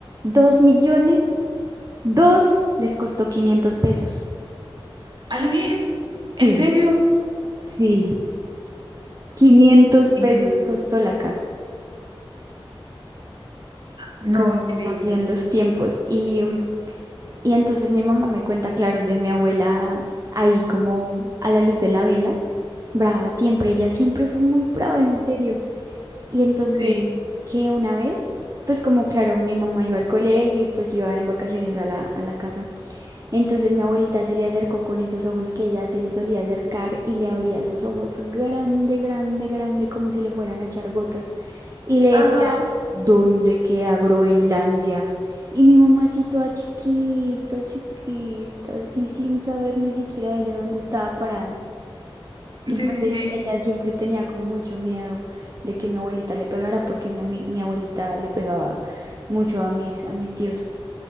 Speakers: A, on the right; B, on the right.
A: Dos millones, dos les costó 500 pesos.
B: ¡A lo bien!
A: Sí,
B: ¿En serio?
A: sí. quinientos pesos
B: Increíble.
A: costó la casa.
B: No,
A: Cómo
B: increíble.
A: cambian los tiempos. Y mm, Y entonces mi mamá me cuenta, claro, de mi abuela ahí como a la luz de la vela, brava siempre, ella siempre fue muy brava, en serio. Y entonces
B: Sí.
A: que una vez, pues como claro, mi mamá iba al colegio y pues iba en vacaciones a la, a la casa. Entonces mi abuelita se le acercó con esos ojos que ella se le solía acercar y le abría esos ojos grande, grande, grande, como si le fueran a echar gotas. Y le
B: Ajá.
A: decía, ¿dónde queda Groenlandia? Y mi mamá así toda chiquita, chiquita, así sin saber ni siquiera ella dónde estaba parada. Y
B: Sí,
A: pues
B: sí,
A: e-
B: sí.
A: ella siempre tenía como mucho miedo de que mi abuelita le pegara, porque mi, ami- mi abuelita le pegaba mucho a mis, a mis tíos.